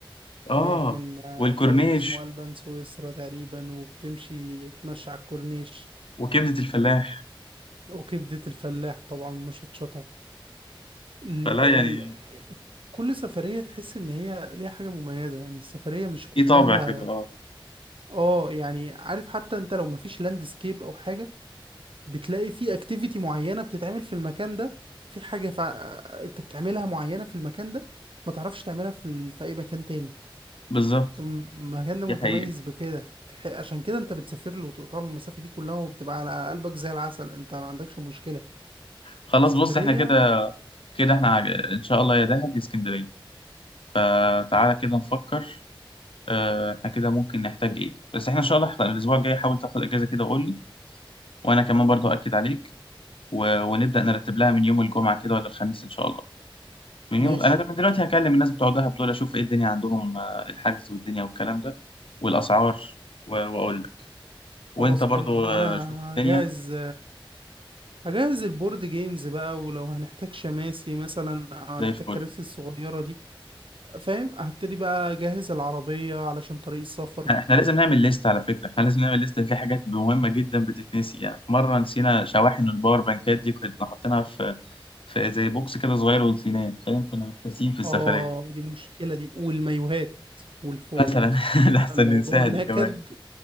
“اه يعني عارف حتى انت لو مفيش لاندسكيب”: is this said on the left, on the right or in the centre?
Right